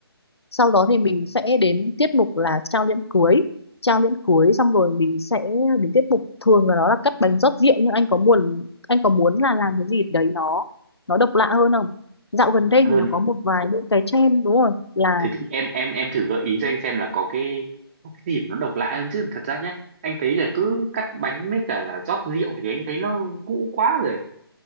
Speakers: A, on the left; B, on the right.
A: sau đó thì mình sẽ đến tiết mục là trao nhẫn cưới trao nhẫn cưới xong rồi mình sẽ đến tiết mục thường là nó là cắt bánh rót rượu nhưng anh có muốn anh có muốn là làm cái gì đấy nó nó độc lạ hơn không dạo gần đây
B: hơn
A: thì nó có một vài những cái trend đúng rồi là
B: thế thì em em em thử gợi ý cho anh xem là có cái có cái điểm nó độc lạ hơn chứ thật ra nhé anh thấy là cứ cắt bánh với cả là rót rượu thì anh thấy nó cũ quá rồi